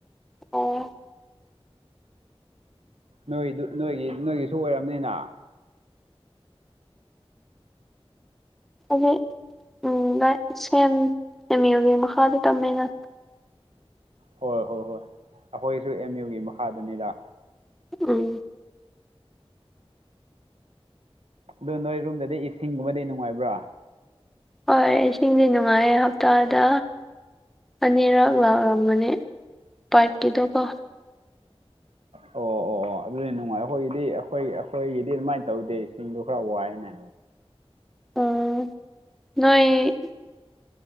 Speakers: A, in the centre; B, on the right.
A: ꯑꯣ
B: ꯅꯣꯏꯗꯨ ꯅꯣꯏꯒꯤ ꯅꯣꯏꯒꯤꯁꯨ ꯑꯣꯏꯔꯝꯅꯤꯅ
A: ꯑꯗꯨꯗꯤ ꯎꯝ ꯁꯦꯝ ꯑꯦꯝ ꯌꯨꯒꯤ ꯃꯈꯥꯗ ꯇꯝꯃꯦꯅ
B: ꯍꯣꯏ ꯍꯣꯏ ꯍꯣꯏ ꯑꯩꯈꯣꯏꯁꯨ ꯑꯦꯝ ꯌꯨꯒꯤ ꯃꯈꯥꯗꯨꯅꯤꯗ
A: ꯎꯝ
B: ꯑꯗꯨꯗꯣ ꯅꯣꯏ ꯔꯨꯝꯗꯗꯤ ꯏꯁꯤꯡꯒꯨꯝꯕꯗꯤ ꯅꯨꯡꯉꯥꯏꯕ꯭ꯔꯥ
A: ꯍꯣꯏ ꯏꯁꯤꯡꯁꯦ ꯅꯨꯡꯉꯥꯏꯌꯦ ꯍꯞꯇꯥꯗ ꯑꯅꯤꯔꯛ ꯂꯥꯛꯂꯝꯒꯅꯤ ꯄꯥꯏꯞꯀꯤꯗꯣ ꯀꯣ
B: ꯑꯣ ꯑꯣ ꯑꯣ ꯑꯗꯨꯗꯤ ꯅꯨꯡꯉꯥꯏ ꯑꯩꯈꯣꯏꯒꯤꯗꯤ ꯑꯩꯈꯣꯏ ꯑꯩꯈꯣꯏꯒꯤꯗꯤ ꯑꯗꯨꯃꯥꯏꯅ ꯇꯧꯗꯦ ꯁꯤꯡꯗꯣ ꯈꯔ ꯋꯥꯏꯅꯦ
A: ꯑꯣ ꯅꯣꯏ